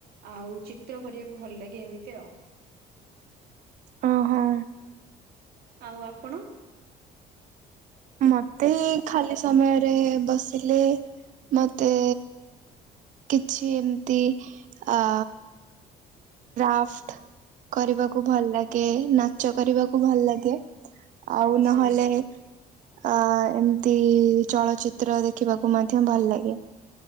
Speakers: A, on the right; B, on the right.
A: ଆଉ ଚିତ୍ର କରିବାକୁ ଭଲ ଲାଗେ ଏମିତି ଆଉ।
B: ଅ ହଁ।
A: ଆଉ ଆପଣ?
B: ମତେ ଏଇ ଖାଲି ସମୟରେ ବସିଲେ ମତେ କିଛି ଏମିତି ଆ ଆଫ୍ଟ କରିବାକୁ ଭଲ ଲାଗେ ନାଚ କରିବାକୁ ଭଲ ଲାଗେ। ଆଉ
A: ଆଚ୍ଛା।
B: ନହେଲେ ଆ ଏମିତି ଚଳଚିତ୍ର ଦେଖିବାକୁ ମଧ୍ୟ ଭଲ ଲାଗେ।